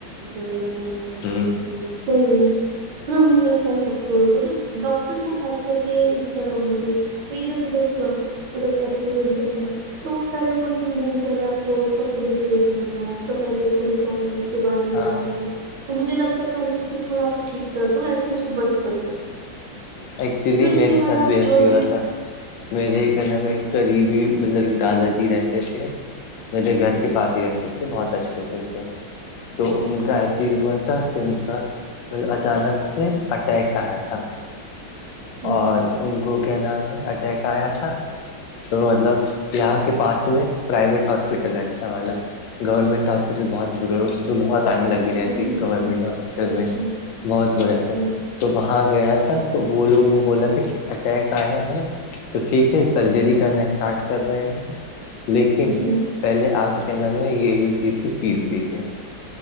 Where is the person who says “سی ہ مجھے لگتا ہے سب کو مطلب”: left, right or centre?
Right